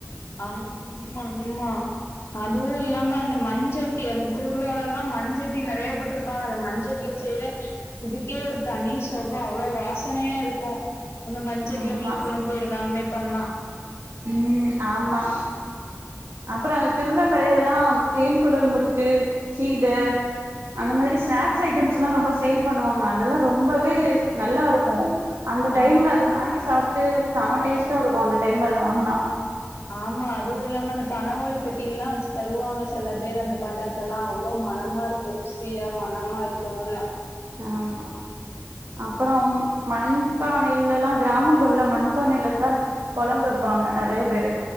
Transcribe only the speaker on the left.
ஆஹ் ம்மாம்மா அதுவு இல்லாம அந்த மண்சட்டி அந்த திருவிழாலலா மண்சட்டி நெறைய போட்டு ப்பாங்க அந்த மண்சட்டில செய்ற இதுக்கே ஒரு தனி சொகோ அவ்ளோ வாசனையா இருக்கு அந்த மண்சட்டில
மீன் கொழம்பு எல்லாமே பண்ணா
ஆ
ஆமா அதுவு இல்லாம அந்த பணவோள பெட்டில்லா வச்சு தருவாங்க செல பேர் அந்த பண்டத்தலா அவ்ளோ மணமாருக் கு ருசியா மணமா இருக்கு நல்லா